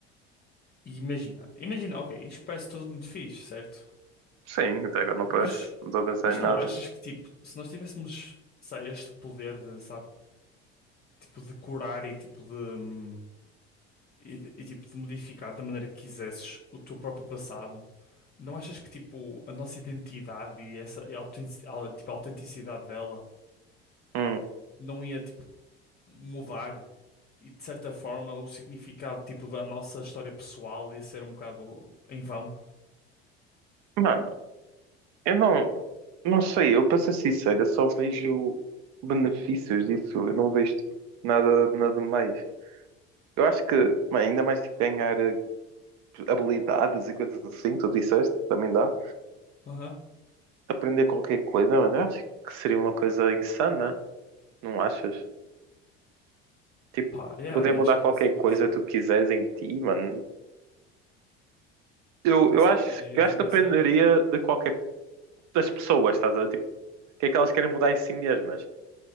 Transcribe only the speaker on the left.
E imagina, imagina, ok, isto parece tudo muito fixe, certo?
Mas,
mas
não
achas que, tipo, se nós tivéssemos, sei, este poder de, sabe, tipo, de curar e, tipo, de, hum, e, de- e, tipo, de modificar da maneira que quisesses o teu próprio passado, não achas que, tipo, a nossa identidade e essa, e a autentic- a- tipo, a autenticidade dela
não ia, tipo, mudar? e de certa forma o significado tipo da nossa história pessoal ia ser um bocado em vão.
Aham.
Pá, yeah,
eu
acho que
ia ser engraçado.
Sim,
ia
ser
engraçado.